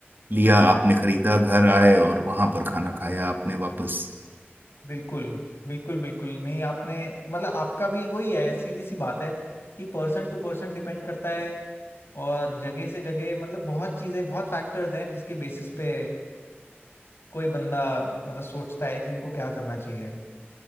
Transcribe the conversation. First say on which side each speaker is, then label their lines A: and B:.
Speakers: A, on the right (about 55°); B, on the left (about 70°).
A: लिया आपने खरीदा घर आए और वहां पर खाना खाया आपने वापस
B: बिल्कुल बिल्कुल बिल्कुल नहीं आपने मतलब आपका भी वही है सीधी सी बात है कि पर्सन टू पर्सन डिपेंड करता है और जगह से जगह मतलब बहुत चीजें बहुत फैक्टर्स हैं जिसके बेसिस पे कोई बंदा मतलब सोचता है कि उनको क्या करना चाहिए